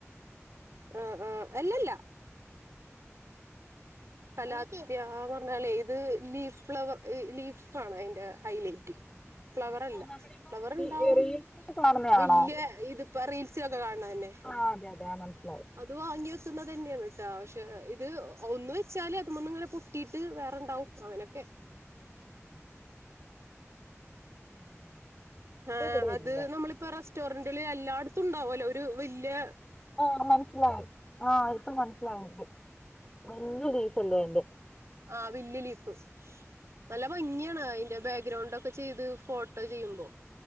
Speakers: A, on the right; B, on the left.
A: ആഹ് ആഹ് അല്ലല്ല കലാത്യാ പറഞ്ഞാലേ ഇത് ലീഫ് ഫ്ലവർ ഈ ലീഫാണോ അയിന്റെ ഹൈലൈറ്റ്? ഫ്ലവർ അല്ല
B: ഓ, നമ്മളിപ്പോ
A: ഫ്ലവറ്ണ്ടാവും
B: റീ- റീൽസിലൊക്കെ കാണുന്നയാണോ?
A: വെല്ല്യ ഇതിപ്പ റീൽസിലൊക്കെ കാൺണല്ലെ
B: ആഹ് അതെ അതെ ആഹ് മനസ്സിലായി.
A: അത് വാങ്ങി വെക്കുന്നതന്നെയാണ് ട്ടോ പക്ഷെ ഇത് ഒന്ന് വെച്ചാല് അത് മന്ന് ഇങ്ങനെ പൊട്ടിയിട്ട് വേറെണ്ടാവും. അങ്ങനെയൊക്കെ
B: ഉം <inaudible>
A: ഏഹ്
B: ഇവിടെ
A: അത്
B: ഇല്ല.
A: നമ്മളിപ്പോ റെസ്റ്റോറന്റില് എല്ലാടത്തുണ്ടാവല്ലോ ഒരു വെല്ല്യ
B: ആഹ് മനസ്സിലായി ആഹ് ഇപ്പ മനസ്സിലായെനിക്ക് വെല്ല്യ ലീഫല്ലേ അയ്ന്റെ
A: ആഹ് വെല്യ ലീഫ് നല്ല ഭംഗിയാണ് അയിന്റെ ബാഗ്രൗണ്ട ക്കെ ചെയ്ത് ഫോട്ടോ ചെയ്യുമ്പോ